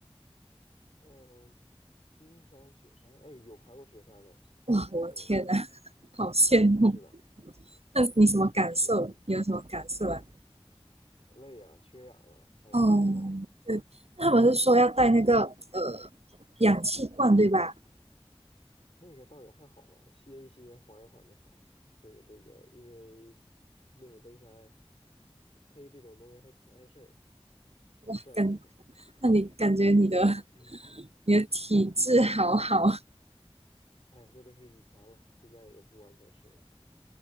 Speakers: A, on the left; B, on the right.
A: 嗯，冰山雪山，哎，有爬过雪山的，
B: 哇，我的天呐，
A: 对，
B: <laughs> 好羡慕！
A: 是的，
B: 那你什么感受？
A: 是的，是的，
B: 你有什么感受啊？
A: 累呀、缺氧了，海拔太高了，
B: 哦，对，那他们是说要带那个呃氧气罐，对吧？
A: 那个倒也还好吧，歇一歇，缓一缓就好。这个这个，因为那种登山配这种东西还挺碍事儿，
B: 哇，
A: 占地方。
B: 感，那你感觉你的
A: 嗯，
B: <laughs> 你的体质好好，
A: 哎，那都是以前了，现在也不完全是。